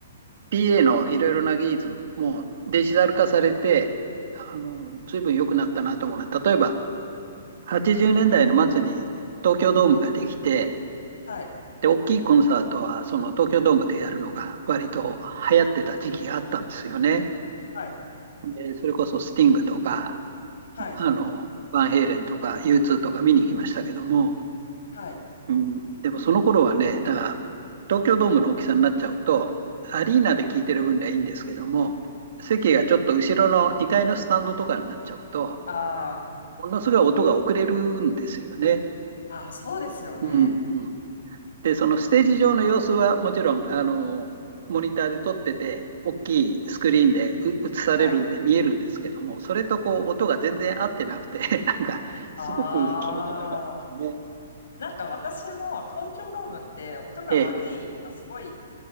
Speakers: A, on the right; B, on the left.
A: PA のいろいろな技術ももうデジタル化されて、あの、随分良くなったなと思うのは、例えば80年代の末に東京ドームができて、
B: あ、はい、
A: で、大きいコンサートはその東京ドームでやるのが割と流行ってた時期があったんですよね。
B: はい、
A: で、それこそスティングとか、
B: はい、
A: あの、バンヘイレンとか U2 とか見に行きましたけども、
B: はい。
A: うん、でもその頃はね、だから東京ドームの大きさになっちゃうと、アリーナで聞いてる分にはいいんですけども、席がちょっと後ろの2階のスタンドとかになっちゃうと、
B: あー
A: ものすごい音が遅れるんですよね。
B: あー、そうですよね。
A: うんうん、で、そのステージ上の様子はもちろん、あの、モニターで撮ってて、大きいスクリーンでう映されるんで見えるんですけども、
B: はい。
A: それとこう音が全然合ってなくて、<laughs> なんかすごく気持ち悪かったですね。
B: ああ。なんか私も東京ドームって音が悪い、
A: ええ、
B: まあすごい